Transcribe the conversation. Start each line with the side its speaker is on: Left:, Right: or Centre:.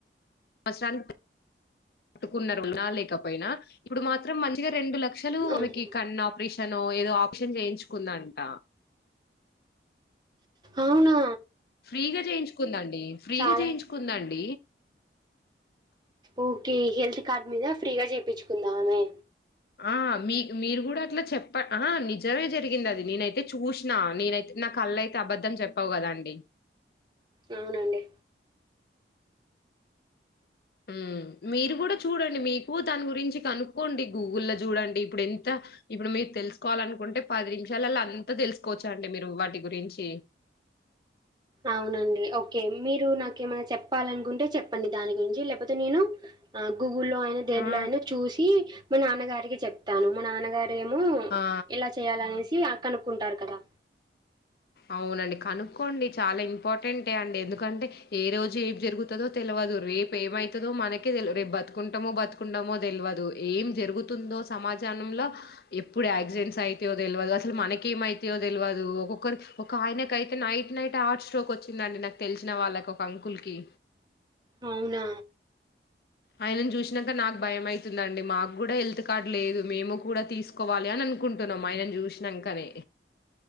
Left: మసలాని పట్టుకున్నారున్నా లేకపోయినా ఇప్పుడు మాత్రం మంచిగా రెండు లక్షలు
Right: అవును.
Left: క ఆపరే తను ఏదో ఆప్షన్ చేయించుకుందంట
Right: అవునా
Left: ఫ్రీగా చేయించుకుందాండి ఫ్రీగా
Right: చాలా
Left: చేయించుకుందా అండి
Right: ఓకే హెల్త్ కార్డ్ మీద ఫ్రీగా చేయిించుకుందామెే
Left: ఆ మీ మీరు కూడా అట్లా చెప్ప ఆ నిజమే జరిగింది అది నేనైతే చూసినా నేనైతే నా కళ్ళయితే అబద్ధం చెప్పావు కదాండి
Right: అవునండి
Left: ఉమ్ మీరు కూడా చూడండి మీకు దాని గురించి కనుక్కోండి గూగుల్ ల్లో చూడండి ఇప్పుడు ఎంత ఇప్పుడు మీరు తెలుసుకోవాలి అనుకుంటే పది నిమిషాలలో అంత తెలుసుకోవచ్చా అండి మీరు వాటి గురించి
Right: అవునండి ఓకే మీరు నాకేమైనా చెప్పాలనుకుంటే చెప్పండి దాని గురించి లేకపోతే నేను ఆ గూగుల్లో అయినా దేంట్లో
Left: ఆ
Right: అయినా చూసి మా నాన్నగారికి చెప్తాను మా నాన్నగార ఏమో
Left: ఆ
Right: ఎలా చేయాలనేసి కనుక్కుంటారు కదా
Left: అవునండి కనుక్కోండి చాలా ఇంపార్టెంటే అండి ఎందుకంటే ఏ రోజు ఏం జరుగుతుందో తెలవదు రేపు ఏమవుతుందో మనకే తెలి రేపు బతుకుంటామో బతుకుంటామో తెలవాదు ఏం జరుగుతుందో సమాజానంలో ఎప్పుడు యాక్సిడెంట్స్ అవుతాయో తెలియదు అసలు మనకేమవుతయో తెలవదు ఒక్కొక్కరి ఒక ఆయనకైతే నైట్ నైట్ హార్ట్ స్ట్రోక్ వచ్చిందండి నాకు తెలిసిన వాళ్ళకి ఒక అంకుల్కి
Right: అవునా
Left: ఆయనను చూసినాక నాకు భయమవుతుందండి మాకు కూడా హెల్త్ కార్డు లేదు మేము కూడా తీసుకోవాలి అని అనుకుంటున్నాం ఆయనను చూసినాకనే